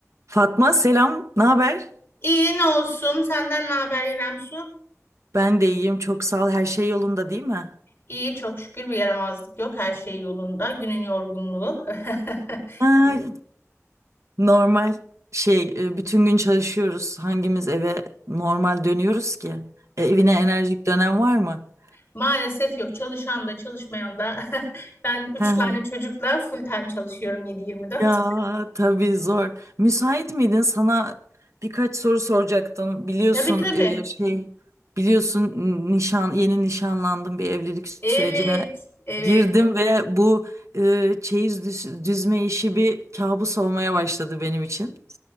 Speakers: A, on the right; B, on the left.
A: Fatma selam, ne haber?
B: İyi ne olsun? Senden ne haber İrem Su?
A: Ben de iyiyim, çok sağ ol. Her şey yolunda değil mi?
B: İyi çok şükür bir yaramazlık yok. Her şey yolunda. Günün yorgunluğu. <laughs>
A: Ay,
B: İyi.
A: normal şey, e, bütün gün çalışıyoruz. Hangimiz eve normal dönüyoruz ki? E, evine enerjik dönem var mı?
B: Maalesef yok. Çalışan da çalışmayan da. <laughs> Ben üç
A: Hı hı.
B: tane çocukla full time çalışıyorum 7-24.
A: Ya tabii zor. Müsait miydin? Sana birkaç soru soracaktım. Biliyorsun
B: Tabii tabii.
A: e, şey biliyorsun n- nişan yeni nişanlandım bir evlilik sürecine
B: Evet. Evet.
A: girdim ve bu e, çeyiz düz- düzme işi bir kabus olmaya başladı benim için.